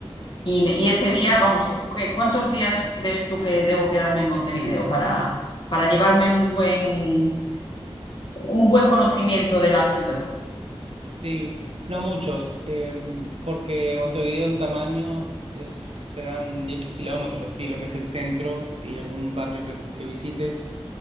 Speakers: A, on the left; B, on the right.
A: Y, me- y ese día, vamos, eh, ¿qué- ¿cuántos días crees tú que debo quedarme en Montevideo para, para llevarme un buen, un buen conocimiento de la ciudad?
B: Sí, no muchos, em, porque Montevideo en tamaño es, serán 10 kilómetros, así, lo que es el centro y algún barrio que, que visites.